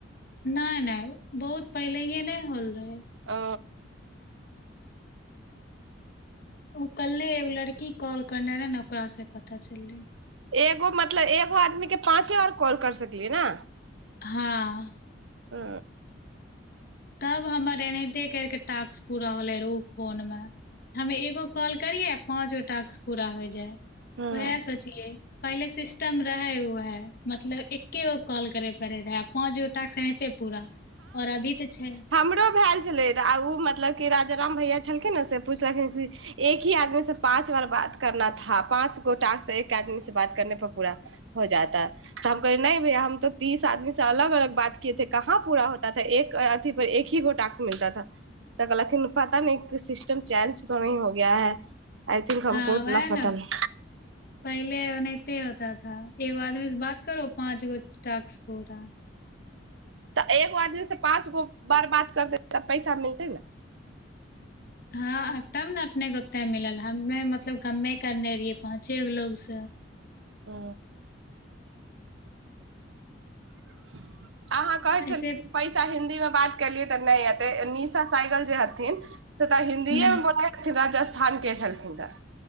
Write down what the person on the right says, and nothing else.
ओ
एगो मतलब एगो आदमी के पाँचे बार कॉल कर सकलियै न
ओ
हँ
हमरो भेल छले उऽ मतलब की राजा राम भैया छलखिन नऽ से पूछलखिन से की एक ही आदमी से पाँच बार बात करना था पाँच गो टाक्स एक आदमी से बात करने पर पूरा हो जाता तऽ हम कहली नइ भैया हम तो तीस आदमी से अलग अलग बात किए थे। कहाँ पूरा होता था एक अथी पर एक ही गो टाक्स मिलता था तऽ कलखिन पता नइ की सिस्टम चेंज तो नहि हो गया है आई थिंक हमको
उतना
पता
नहि
तऽ एक आदमी सँ पाँच गो बार बात करते तऽ पैसा मिलते न
ओ <unintelligible> अहाँ कहै
छलीह
की पैसा हिन्दी मे बात केलियै तऽ नहि य निशा साइकल जे हथिन से तऽ हिन्दीए
मे बोलैथिन राजा स्थान के छलथिन्ह तऽ